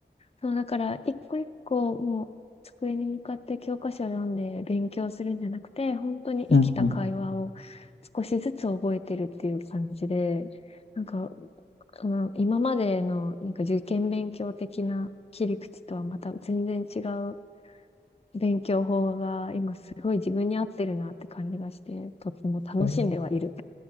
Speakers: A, on the left; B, on the left.
A: そう、だから、一個一個もう机に向かって教科書を読んで勉強するんじゃなくて、本当に生きた会話を
B: うんうん。
A: 少しずつ覚えてるっていう感じで、なんか、その今までのなんか受験勉強的な切り口とはまた全然違う勉強法が今すごい自分に合ってるなって感じがして、とっても楽しんではいる。
B: えー